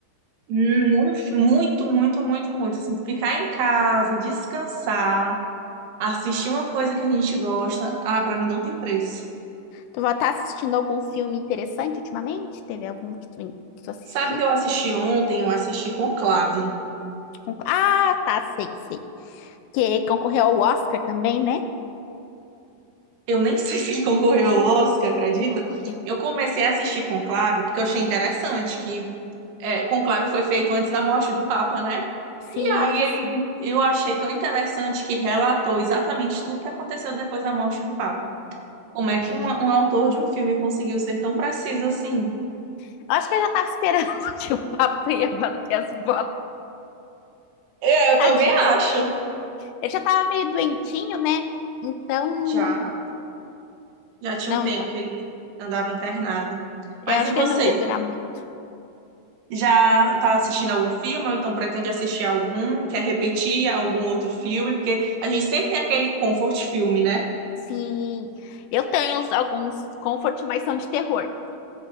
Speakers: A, on the right; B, on the left.
A: Hum, Muito, muito, muito, muito. Assim, ficar em casa, descansar, assistir uma coisa que a gente gosta. Ah, pra mim não tem preço.
B: Tu vai estar assistindo algum filme interessante ultimamente? Teve algum que tu, que tu assistiu?
A: Sabe que eu assisti ontem, eu assisti Conclave.
B: Concor- Ah, tá, sei, sei. Que concorreu ao Oscar também, né?
A: Eu nem <laughs> sei se ele concorreu ao Oscar, acredita?
B: Concorreu.
A: Eu comecei a assistir Conclave porque eu achei interessante que é, Conclave foi feito antes da morte do Papa, né?
B: Sim,
A: E aí ele,
B: sim.
A: eu achei tão interessante que relatou exatamente tudo que aconteceu depois da morte do Papa. Como é que
B: É.
A: um, um autor de um filme conseguiu ser tão preciso assim?
B: Eu acho que eu já tava esperando <laughs> que o papo ia bater as botas.
A: É, eu
B: Tadinho.
A: também acho.
B: Ele já tava meio doentinho, né? Então,
A: Já, já tinha
B: não,
A: um tempo que ele andava internado.
B: eu
A: Mas
B: acho
A: e você?
B: que ele não ia durar muito.
A: Já está assistindo algum filme ou então pretende assistir algum? Quer repetir algum outro filme? Porque a gente sempre tem aquele comfort filme, né?
B: Sim, eu tenho os- alguns comfort, mas são de terror.